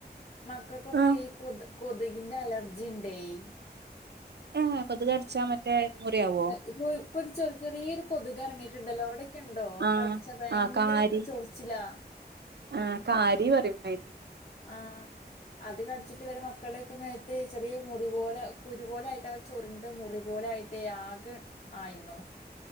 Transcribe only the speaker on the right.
ആഹ്
ഉം കൊത്ക് കടിച്ചാമറ്റേ മുറിയവോ?
ആഹ്
ആഹ് കാരി
ആഹ് കാരി പറയും അയിന്